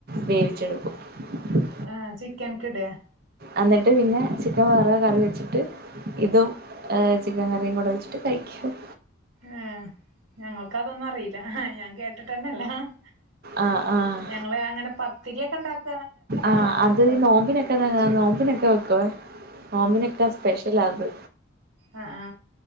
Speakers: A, on the right; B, on the right.
A: വേവിിച്ചെടുക്കും <unintelligible>
B: ആ ചിക്കൻ കിടെ?
A: അന്നിട്ട് പിന്നെ ചിക്കൻ വേറെ കറി വെച്ചിട്ട് ഇതുംഏ ചിക്കൻ കറിയും കൂടെ വെച്ചിട്ട് കഴിക്കുംഉമ്
B: എ ഏ.. ഞങ്ങൾക്ക് അതൊന്നും അറിയില്ല ഹെ ആ ഞാൻ കേട്ടിട്ടന്നല്ലഹമ്.
A: ആ ആ
B: ഞങ്ങള് അങ്ങനെ പത്തിരിയൊ ക്കെ ഉണ്ടാക്ക
A: ആഅത് ഈ നോമ്പിനൊക്കെ <inaudible> നോമ്പിനൊക്കെ വെക്കുവെ നോമ്പിനൊക്കെ സ്പെഷ്യല അത്
B: ആ ആ